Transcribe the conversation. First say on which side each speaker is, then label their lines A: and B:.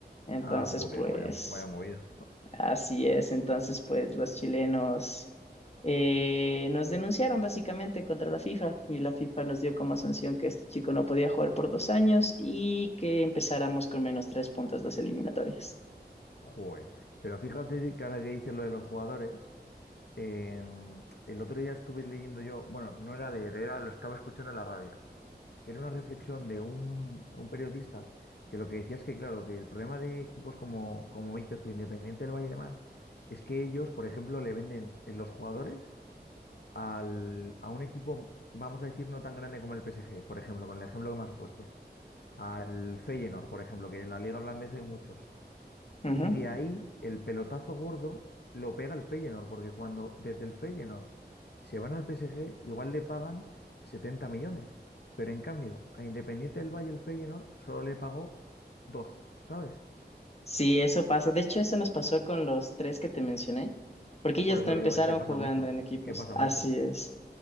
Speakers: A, on the left; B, on the left.
A: Entonces,
B: Ah, joder,
A: pues
B: vaya, vaya movida.
A: Así es, entonces pues los chilenos eh, nos denunciaron básicamente contra la FIFA y la FIFA nos dio como sanción que este chico no podía jugar por dos años y que empezáramos con menos tres puntos las eliminatorias.
B: Joder. Pero fíjate que ahora que dices lo de los jugadores, em, el otro día estuve leyendo yo, bueno, no era leer, era, lo estaba escuchando en la radio. que era una reflexión de un, un periodista que lo que decía es que, claro, que el problema de equipos como, como dices tú, Independiente del Valle y demás, es que ellos, por ejemplo, le venden eh, los jugadores al- a un equipo, vamos a decir, no tan grande como el PSG, por ejemplo, con el ejemplo que me has puesto, al Feyenoord, por ejemplo, que en la liga holandesa hay muchos.
A: Ujú.
B: Y de ahí el pelotazo gordo lo pega el Feyenoord, porque cuando desde el Feyenoord se van al PSG, igual le pagan 70 millones. Pero en cambio, a Independiente del Valle el Feyenoord solo le pagó dos, ¿sabes?
A: Sí, eso pasa. De hecho, eso nos pasó con los tres que te mencioné, porque ellos
B: Por eso
A: no empezaron
B: digo, es que pasa
A: jugando
B: mucho,
A: en equipos.
B: es que pasa
A: Así
B: mucho.
A: es.